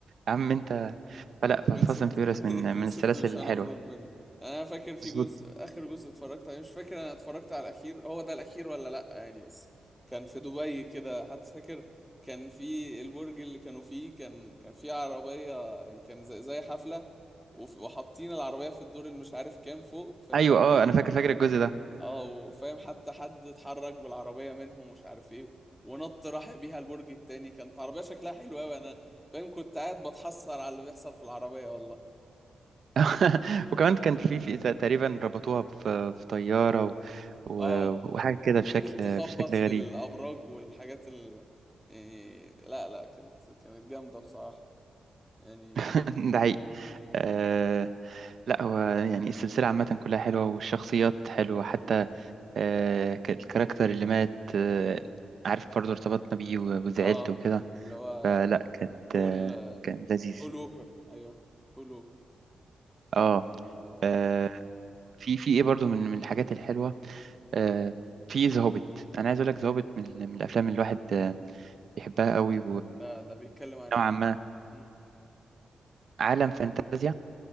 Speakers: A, on the right; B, in the centre.
A: يا عم انت فلا
B: الكونسبت
A: فاست اند فيوريوس
B: الكونسبت
A: من من السلاسل
B: مش
A: الحلوه
B: هنخرج منه يعني انا فاكر في
A: مظبوط
B: جزء اخر جزء اتفرجت عليه مش فاكر انا اتفرجت على الاخير هو ده الاخير ولا لا يعني بس كان في دبي كده حتى فاكر كان في البرج اللي كانوا فيه كان كان في عربية يعني كان زي, زي حفلة وف- وحاطين العربية في الدور اللي مش عارف كام فوق في الحفلة
A: ايوه اه انا فاكر فاكر الجزء ده
B: اه وفاهم حتى حد اتحرك بالعربية منهم مش عارف ايه ونط راح بيها البرج التاني كانت عربية شكلها حلو قوي انا فاهم كنت قاعد بتحسر على اللي بيحصل في العربية والله
A: <laughs> وكمان كان في في تقريبا ربطوها في في طيارة و... و...
B: اه
A: وحاجة كده
B: وفضلت
A: بشكل
B: تخبط
A: بشكل
B: في
A: غريب
B: الابراج والحاجات ال يعني لا لا كانت كانت جامده بصراحه يعني
A: <laughs> ده حقيقي آه... لا هو يعني السلسلة عامة كلها حلوة والشخصيات
B: مم.
A: حلوة حتى آه... ك- الكاركتر اللي مات آه... عارف برضه ارتبطنا بيه و... وزعلت
B: اه
A: وكده
B: اللي هو
A: فلا كانت
B: بول
A: آه... كان لذيذ
B: بول ووكر ايوه بول ووكر
A: اه
B: آه،
A: آه، في في ايه برضه من من الحاجات الحلوة آه... في ذا هوبيت انا عايز اقول لك ذا هوبيت من ال- من الافلام اللي الواحد آه، بيحبها قوي
B: ده ده بيتكلم عن
A: نوعا
B: ايه
A: ما
B: مم.
A: عالم فانتازيا